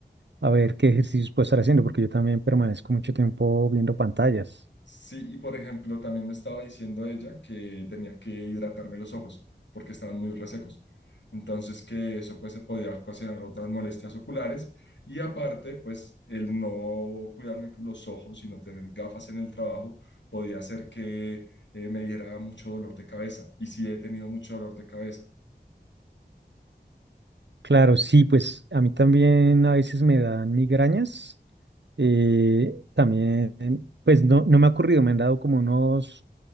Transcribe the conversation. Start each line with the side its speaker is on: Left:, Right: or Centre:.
Right: a ver qué ejercicios puedo estar haciendo, porque yo también permanezco mucho tiempo viendo pantallas.
Left: Sí, y por ejemplo, también me estaba diciendo ella que tenía que hidratarme los ojos porque estaban muy resecos. Entonces, que eso pues se podía ocasionar otras molestias oculares y aparte, pues el no cuidarme los ojos y no tener gafas en el trabajo podía hacer que eh, me diera mucho dolor de cabeza. Y sí, he tenido mucho dolor de cabeza.
Right: Claro, sí, pues a mí también a veces me dan migrañas. eh, también, pues no, no me ha ocurrido, me han dado como unos